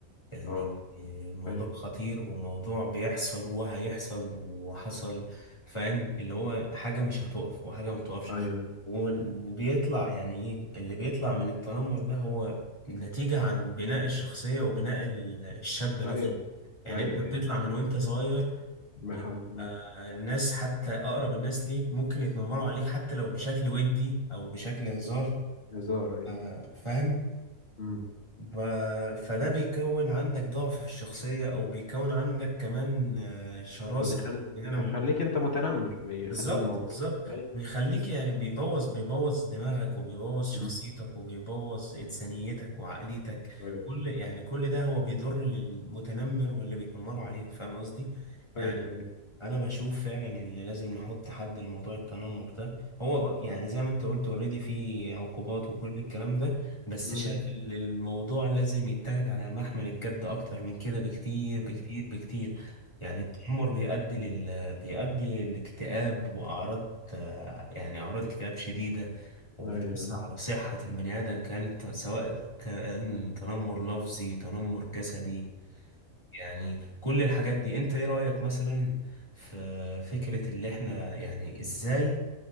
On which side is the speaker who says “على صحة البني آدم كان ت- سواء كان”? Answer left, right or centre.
Left